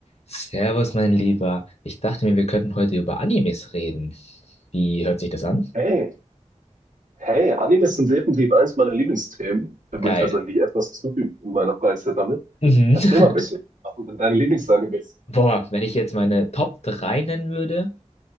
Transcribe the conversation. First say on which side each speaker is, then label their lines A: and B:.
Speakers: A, on the left; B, on the right.
A: Servus, mein Lieber. Ich dachte mir, wir könnten heute über Animes reden. Wie hört sich das an?
B: Hey, hey, Animes sind definitiv eines meiner Lieblingsthemen. Ich verbringe
A: Geil.
B: tatsächlich etwas zu viel in meiner Freizeit damit.
A: Mhm.
B: Erzähl
A: <laughs>
B: mal ein bisschen. Was sind denn deine Lieblingsanimes?
A: Boah, wenn ich jetzt meine Top 3 nennen würde,